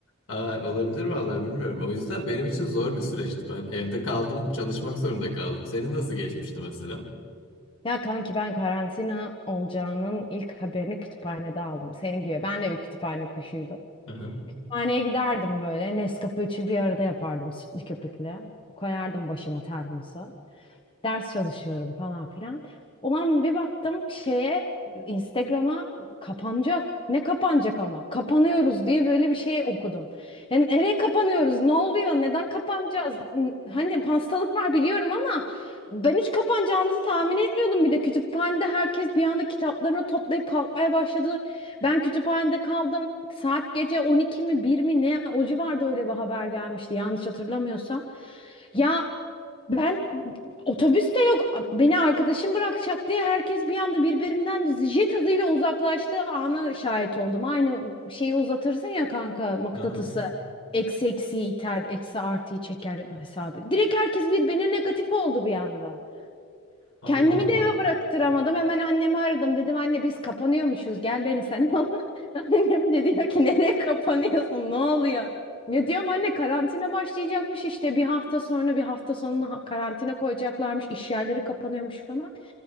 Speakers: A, on the left; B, on the left.
A: Aa, olabilir vallahi bilmiyorum. O yüzden benim için zor bir süreçti. Ben evde kaldım, çalışmak zorunda kaldım. Senin nasıl geçmişti mesela?
B: Ya kanki ben karantina olacağının ilk haberini kütüphanede aldım. Senin gibi. Ben de bir kütüphane kuşuydum.
A: Hı hı.
B: Kütüphaneye giderdim böyle. Nescafe üçü bir arada yapardım sütlü köpükle. Koyardım başıma termosu ders çalışıyorum falan filan. Ulan bir baktım şeye Instagram'a kapanacak. Ne kapanacak ama? Kapanıyoruz diye böyle bir şey okudum. Yani nereye kapanıyoruz? Ne oluyor? Neden kapanacağız? N- Hani hastalık var biliyorum ama ben hiç kapanacağımızı tahmin etmiyordum. Bir de kütüphanede herkes bir anda kitaplarını toplayıp kalkmaya başladı. Ben kütüphanede kaldım. Saat gece 12 mi 1 mi ne? O civarda öyle bir haber gelmişti yanlış hatırlamıyorsam. Ya ben otobüs de yok. Beni arkadaşım bırakacak diye herkes bir anda birbirinden jet hızıyla uzaklaştığı ana şahit oldum. Aynı şeyi uzatırsın ya kanka mıknatısı.
A: Hı hı.
B: Eksi eksiyi iter, eksi artıyı çeker hesabı. Direkt herkes birbirine negatif oldu bir anda.
A: Allah
B: Kendimi
A: Allah.
B: de eve bıraktıramadım. Hemen annemi aradım. Dedim anne biz kapanıyormuşuz. Gel beni sen al. <laughs> Annem de diyor ki nereye kapanıyorsun? Ne oluyor? Ne diyorum anne karantina başlayacakmış işte bir hafta sonra bir hafta sonuna ha- karantina koyacaklarmış. İş yerleri kapanıyormuş falan.